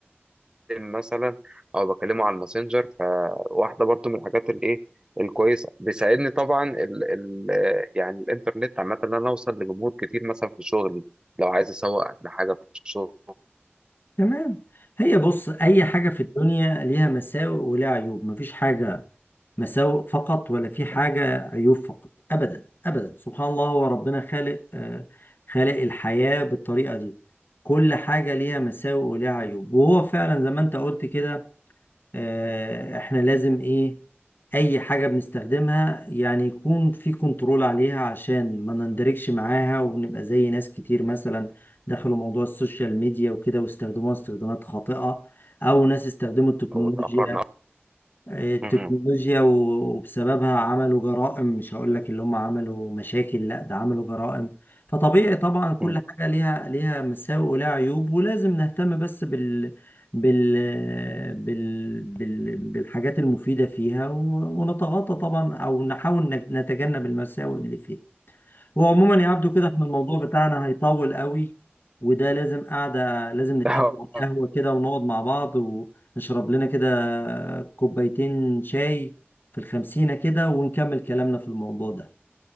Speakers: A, on the right (about 20°); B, on the left (about 50°).
A: مثلا او بكلمه على الماسنجر فواحده برضو من الحاجات الايه الكويسه بيساعدني طبعا ال ال يعني الانترنت عامه ان انا اوصل لجمهور كتير مثلا في شغلي لو عايز اسوق لحاجه في شغلي
B: تمام هي بص اي حاجة في الدنيا ليها مساوئ وليها عيوب مفيش حاجة مساوئ فقط ولا في حاجة عيوب فقط ابدا ابدا سبحان الله هو ربنا خالق آه، خالق الحياة بالطريقة دي كل حاجة ليها مساوئ وليها عيوب وهو فعلا زي ما انت قلت كده آه، احنا لازم ايه اي حاجة بنستخدمها يعني يكون في كنترول عليها عشان ما نندركش معاها ونبقى زي ناس كتير مثلا دخلوا موضوع السوشيال ميديا وكده واستخدموها استخدامات خاطئة او ناس استخدموا التكنولوجيا
A: او اتاخرنا
B: التكنولوجيا
A: مم.
B: و- وبسببها عملوا جرائم مش هقول لك اللي هم عملوا مشاكل لا ده عملوا جرائم فطبيعي طبعا كل
A: مم.
B: حاجة ليها ليها مساوئ ولها عيوب ولازم نهتم بس بال بال بال, بال... بالحاجات المفيدة فيها و... ونتغاضى طبعا او نحاول نج- نتجنب المساوئ اللي فيها هو عموما يا عبدو كده احنا الموضوع بتاعنا هيطول قوي وده لازم قعدة لازم نتقابل
A: بالظبط
B: على القهوة كده ونقعد مع بعض ونشرب لنا كده كوبايتين شاي في الخمسينة كده ونكمل كلامنا في الموضوع ده